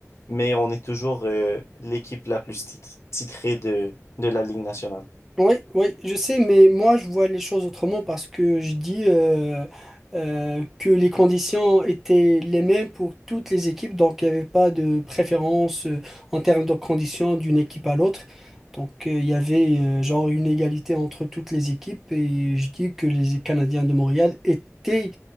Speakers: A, on the left; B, in the centre.
A: mais on est toujours euh, l'équipe la plus tit- titrée de, de la Ligue nationale.
B: Oui, oui, je sais, mais moi je vois les choses autrement parce que je dis euh, euh, que les conditions étaient les mêmes pour toutes les équipes, donc il n'y avait pas de préférence euh, en termes de conditions d'une équipe à l'autre. Donc euh, il y avait euh, genre une égalité entre toutes les équipes et je dis que les Canadiens de Montréal étaient